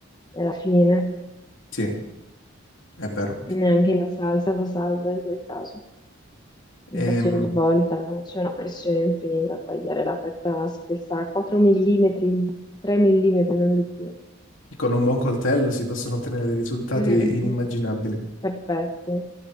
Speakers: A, on the left; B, on the left.
A: e alla fine
B: Sì, è vero.
A: neanche la salsa lo salva in quel caso.
B: Ehm,
A: Infatti ogni volta c'è una pressione infinita a tagliare la fetta spessa a 4 mm, 3 mm, non di più.
B: con un buon coltello si possono ottenere dei risultati
A: Mm,
B: inimmaginabili.
A: <laughs> Perfette,